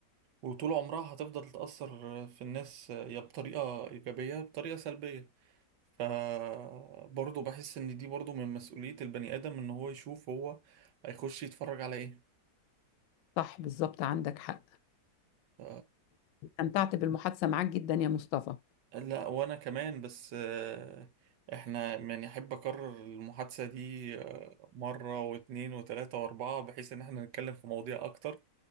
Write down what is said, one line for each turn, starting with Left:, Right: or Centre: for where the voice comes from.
Right: وطول عمرها هتفضل تأثر في الناس يا بطريقة إيجابية يا بطريقة سلبية فبرضه بحس ان دي برضه من مسؤولية البني ادم ان هو يشوف هو هيخش يتفرج على ايه
Left: صح بالظبط عندك حق
Right: ف...
Left: استمتعت بالمحادثة معاك جدا يا مصطفى
Right: لا وانا كمان بس آه، احنا يعني احب اكرر المحادثة دي آه، مرة واتنين وتلاتة واربعة بحيث ان احنا نتكلم في مواضيع اكتر